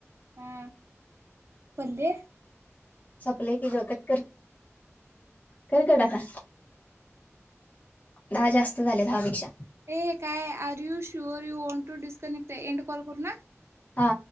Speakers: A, on the right; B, on the left.
A: हा पल्ले
B: सप्लय की ग कट कर. कर कट आता. दहा जास्त झाले दहा पेक्षा.
A: हे काय are you sure you want to disconnect आहे एंड कॉल करू ना?
B: हा